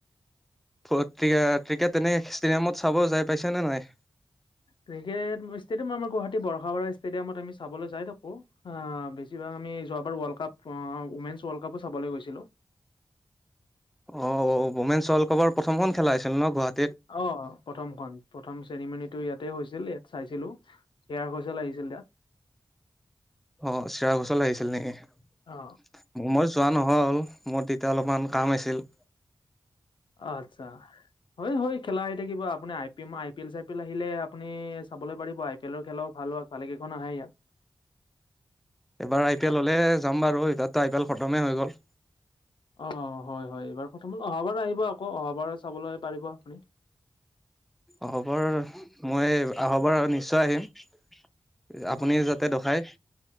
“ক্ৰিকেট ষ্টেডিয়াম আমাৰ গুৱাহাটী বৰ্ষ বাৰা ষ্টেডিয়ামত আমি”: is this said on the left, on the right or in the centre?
Left